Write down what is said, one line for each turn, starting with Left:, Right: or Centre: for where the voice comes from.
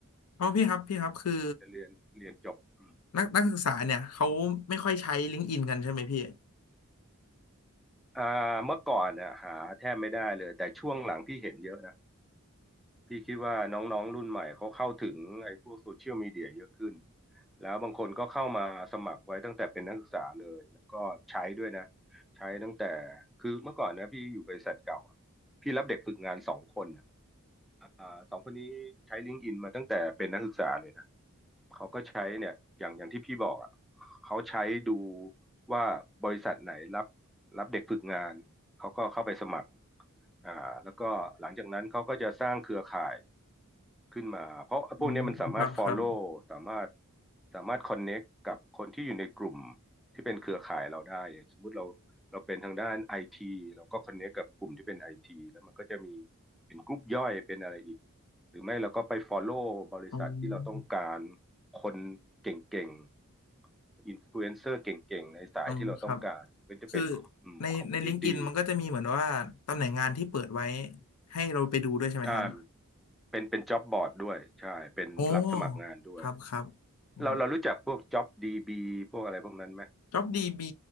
Left: เพราะพี่ครับพี่ครับคือ
Centre: จะเรียนเรียนจบอืม
Left: นักนักศึกษาเนี่ยเขาไม่ค่อยใช้ลิงก์อินกันใช่ไหมพี่
Centre: อ่าเมื่อก่อนเนี่ยหาแทบไม่ได้เลยแต่ช่วงหลังพี่เห็นเยอะนะ พี่คิดว่าน้องๆรุ่นใหม่เขาเข้าถึงไอ้พวกโซเชียลมีเดียเยอะขึ้นแล้วบางคนก็เข้ามาสมัครไว้ตั้งแต่เป็นนักศึกษาเลยแล้วก็ใช้ด้วยนะ ใช้ตั้งแต่คือเมื่อก่อนนะพี่อยู่บริษัทเก่าอะพี่รับเด็กฝึกงานสองคนอะอ่าสองคนนี้ใช้ลิงก์อินมาตั้งแต่เป็นนักศึกษาเลยนะเขาก็ใช้เนี่ยอย่างอย่างที่พี่บอกอะเขาใช้ดูว่าบริษัทไหนรับรับเด็กฝึกงาน เขาก็เข้าไปสมัครอ่าแล้วก็หลังจากนั้นเขาก็จะสร้างเครือข่าย ขึ้นมาเพราะพวกเนี้ยมันสามารถ
Left: อืมครับครับ
Centre: follow สามารถสามารถ connect กับคนที่อยู่ในกลุ่มที่เป็นเครือข่ายเราได้อย่างสมมุติเราเราเป็นทางด้านไอทีเราก็ connect กับกลุ่มที่เป็นไอทีแล้วมันก็จะมีเป็นกลุ่มย่อยเป็นอะไรอีกหรือไม่เราก็ไป follow บริษัทที่เราต้องการ
Left: อ๋อ
Centre: คนเก่งๆอินฟลูเอนเซอร์เก่งๆในสายที่เราต้องการก็จะเป็นอืมคอมมูนิตี้
Left: อ๋อครับ คือในในลิงก์อินมันก็จะมีเหมือนว่าตำแหน่งงานที่เปิดไว้ให้เราไปดูด้วยใช่ไหมครับ
Centre: อ่าเป็นเป็นจ็อบบอร์ดด้วยใช่เป็นรับสมัครงานด้วย
Left: โอ้ครับครับโอ้
Centre: เราเรารู้จักพวก JobDB พวกอะไรพวกนั้นไหม
Left: JobDB